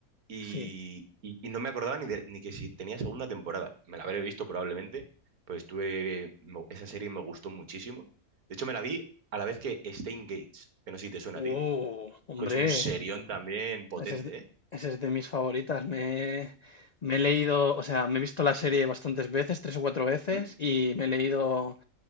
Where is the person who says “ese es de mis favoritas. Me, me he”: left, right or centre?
Left